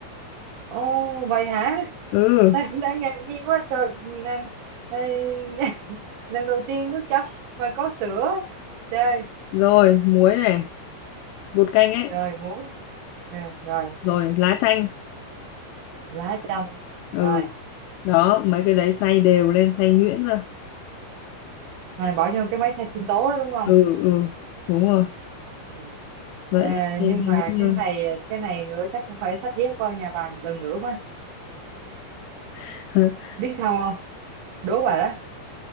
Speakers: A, on the right; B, on the left.
A: ồ vậy hả <laughs>
B: ừ
A: tại em đang ngạc nhiên quá trời làm Ê, <laughs> lần đầu tiên nước chấm mà có sữa chơi
B: rồi muối này bột canh ấy
A: rồi muối nè rồi
B: rồi lá chanh
A: lá chanh
B: ừ
A: rồi
B: đó mấy cái đấy xay đều lên xay nhuyễn ra
A: này bỏ vô cái máy xay sinh tố đó đúng không
B: ừ ừ đúng rồi
A: ừ.
B: vậy
A: à,
B: là xây
A: nhưng
B: ra
A: mà
B: những
A: cái này cái này nữa chắc cũng phải xách dép qua nhà bà lần nữa quá
B: <laughs>
A: biết sao không đố bà đó